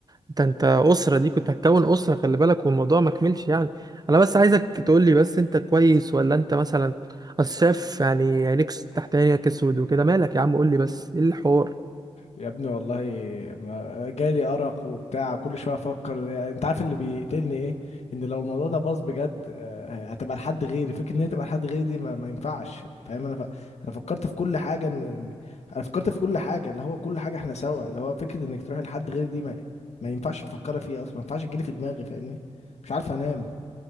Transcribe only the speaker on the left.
يا ابني والله ما- جالي أرق وبتاع كل شوية أفكر أنت عارف اللي بيقتلني إيه؟ إن لو الموضوع ده باظ بجد آه، هتبقى لحد غيري فكرة إن هي تبقى لحد غيري دي ما, ما ينفعش فاهم أنا ف... أنا فكرت في كل حاجة إن إن- أنا فكرت في كل حاجة اللي هو كل حاجة إحنا سوا اللي هو فكرة إنك تروحي لحد غيري دي ما, ما ينفعش تفكري فيها أصلا ما ينفعش تجيلي في دماغي فاهمني؟ مش عارف أنام